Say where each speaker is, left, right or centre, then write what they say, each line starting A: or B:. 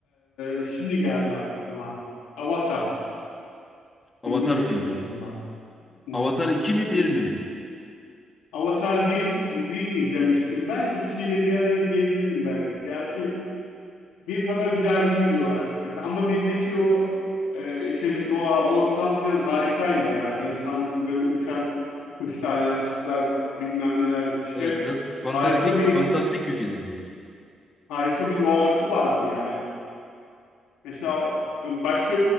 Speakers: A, on the left; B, on the left.
A: e, şimdi geldi aklıma. Avatar
B: Avatar
A: filmi geliyor
B: filmi.
A: aklıma. Hı.
B: Avatar
A: hı.
B: 2 mi bir
A: Bir-
B: mi?
A: Avatar 1'i izlemiştim ben. 2'yi de bir ara izleyebilirim belki. Gerçi bir kadar güzel değil diyorlar. Mesela ama birdeki o e, işte doğa, ortam falan harikaydı ya. İnsan böyle uçan kuşlar, yaratıklar, bilmem neler işte
B: Evet biraz fantastik
A: harika bir
B: fantastik bir filmdi.
A: harika bir doğası vardı yani. Mesela başka